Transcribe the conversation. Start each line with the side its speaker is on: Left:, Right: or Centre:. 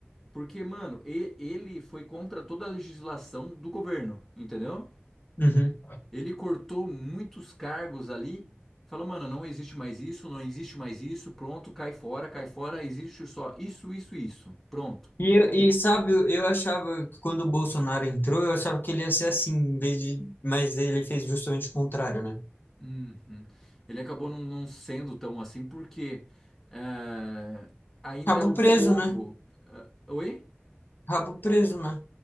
Centre: Porque, mano, e- ele foi contra toda a legislação do governo, entendeu?
Left: Uhum.
Centre: Ele cortou muitos cargos ali. Falou, mano, não existe mais isso, não existe mais isso, pronto, cai fora, cai fora, existe só isso, isso, isso, pronto.
Left: E, eu- e sabe, eu eu achava que quando o Bolsonaro entrou, eu achava que ele ia ser assim, em vez de... mas ele fez justamente o contrário, né?
Centre: Uhum. Ele acabou não, não sendo tão assim, porque eh, ainda
Left: Rabo
Centre: o
Left: preso,
Centre: povo.
Left: né?
Centre: eh, oi?
Left: Rabo preso, né?